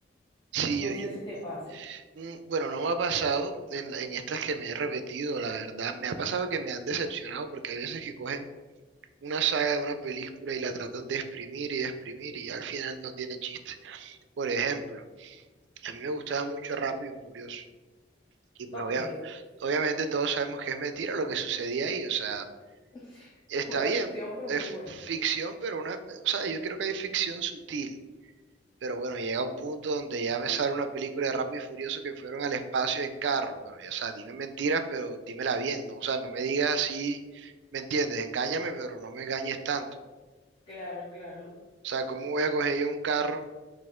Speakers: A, on the right (about 85°); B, on the left (about 25°).
A: Sí, yo,
B: No
A: yo-
B: sé si
A: yo-
B: te pasa.
A: mm, bueno, no me ha pasado en, en estas que me he repetido, la verdad. Me ha pasado que me han decepcionado porque hay veces que cogen una saga de una película y la tratan de exprimir y de exprimir y al final no tiene chiste. Por ejemplo, a mí me gustaba mucho Rápido y Furioso. Y pues
B: Ok,
A: obvia- obviamente todos sabemos que es mentira lo que sucedía ahí. O sea,
B: <laughs>
A: está
B: pura
A: bien,
B: ficción, pero
A: es
B: muy bueno.
A: ficción, pero una, o sea, yo creo que hay ficción sutil. Pero bueno, llega un punto donde ya me sale una película de Rápido y Furioso que fueron al espacio en carro. Bueno, ya, o sea, dime mentiras, pero dímela bien, ¿no? O sea, no me digas así, ¿me entiendes? Engáñame, pero no me engañes tanto.
B: Claro, claro.
A: O sea, ¿cómo voy a coger yo un carro,